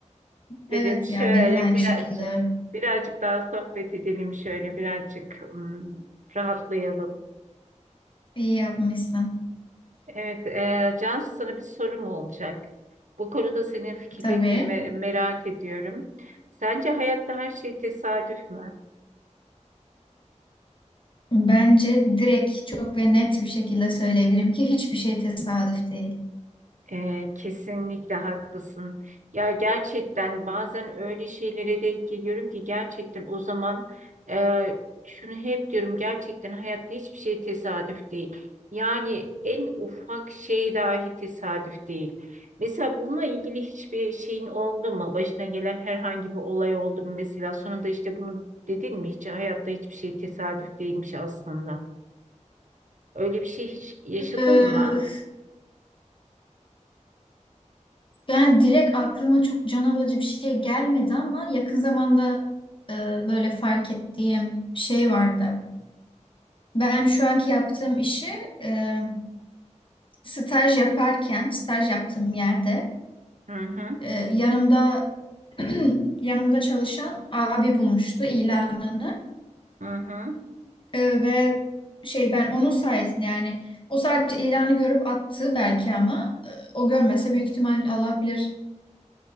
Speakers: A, on the right (about 80°); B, on the left (about 40°).
A: Dedim
B: Evet
A: şöyle
B: ya benim de aynı
A: birazcık,
B: şekilde.
A: birazcık daha sohbet edelim, şöyle birazcık hmm, rahatlayalım.
B: İyi yapmışsın.
A: Evet, e, Cansu sana bir sorum olacak. Bu konuda senin fikirlerini
B: Tabii.
A: de me- merak ediyorum. Sence hayatta her şey tesadüf mü?
B: Bence direkt çok ve net bir şekilde söyleyebilirim ki hiçbir şey tesadüf değil.
A: Ee, kesinlikle haklısın. Ya gerçekten bazen öyle şeylere denk geliyorum ki gerçekten o zaman e, şunu hep diyorum gerçekten hayatta hiçbir şey tesadüf değil. Yani en ufak şey dahi tesadüf değil. Mesela bununla ilgili hiçbir şeyin oldu mu? Başına gelen herhangi bir olay oldu mu? Mesela sonunda işte bunu dedin mi? Hiç hayatta hiçbir şey tesadüf değilmiş aslında. Öyle bir şey hiç yaşadın
B: Ee,
A: mı?
B: yani direkt aklıma çok can alıcı bir şey gelmedi ama yakın zamanda e, böyle fark ettiğim bir şey vardı. Ben şu anki yaptığım işi e, staj yaparken, staj yaptığım yerde
A: Hı hı,
B: e, yanımda <clears throat> yanımda çalışan abi bulmuştu ilanını
A: hı hı,
B: E, ve şey ben onun sayesinde yani o sadece ilanı görüp attı belki ama e, o görmese büyük ihtimal Allah bilir